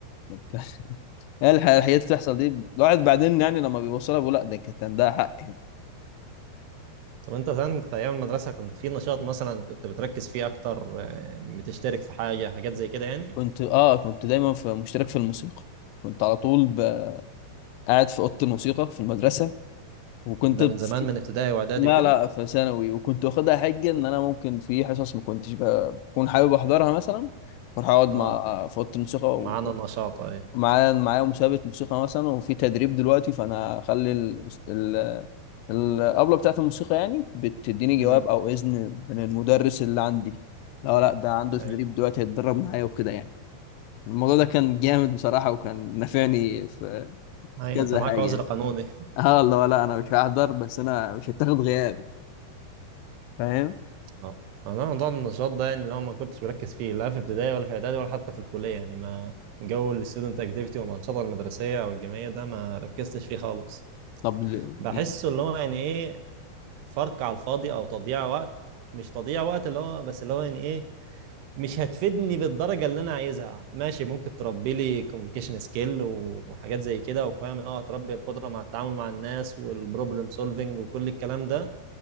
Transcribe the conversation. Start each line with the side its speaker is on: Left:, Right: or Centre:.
Left: <laughs> هي الح- الحاجات اللي بتحصل دي الواحد بعدين يعني لما بيوصلها بيقول لا ده كانت عندها حق
Right: طب انت زمان في ايام المدرسه كنت في نشاط مثلا كنت بتركز فيه اكتر آه، بتشترك في حاجه حاجات زي كده يعني
Left: كنت اه كنت دايما في مشترك في الموسيقى كنت على طول ب- قاعد في اوضه الموسيقى في المدرسه وكنت
Right: ده
Left: بت...
Right: من زمان من ابتدائي واعدادي
Left: لا
Right: وكده
Left: لا في ثانوي وكنت واخدها حجه ان انا ممكن في حصص ما كنتش ب- بكون حابب احضرها مثلا بروح اقعد مع
Right: اه
Left: في اوضه الموسيقى و-
Right: معانا نشاط اي
Left: ومعايا معايا مسابقه موسيقى مثلا وفي تدريب دلوقتي فانا اخلي ال... ال... الابله بتاعت الموسيقى يعني بتديني
Right: امم
Left: جواب او اذن من المدرس اللي عندي لا لا ده عنده تدريب
Right: اي
Left: دلوقتي هيتدرب معايا وكده يعني الموضوع ده كان جامد بصراحة وكان نافعني في
Right: اي
Left: في كذا
Right: انت معاك
Left: حاجة
Right: عذر
Left: يعني
Right: قانوني <laughs>
Left: اه اللي هو لا انا مش هحضر بس انا مش هتاخد غياب فاهم
Right: اه انا موضوع النشاط ده يعني اللي هو ما كنتش بركز فيه لا في ابتدائي ولا في اعدادي ولا حتى في الكليه يعني ما جو الستودنت اكتيفيتي والانشطه المدرسيه او الجامعيه ده ما ركزتش فيه خالص
Left: طب ل-
Right: بحسه
Left: ليه؟
Right: اللي هو يعني ايه فرق على الفاضي او تضييع وقت مش تضييع وقت اللي هو بس اللي هو يعني ايه مش هتفيدني بالدرجه اللي انا عايزها ماشي ممكن تربي لي كوميونيكيشن سكيل وحاجات زي كده وفاهم ان هو هتربي القدره مع التعامل مع الناس والبروبلم سولفنج وكل الكلام ده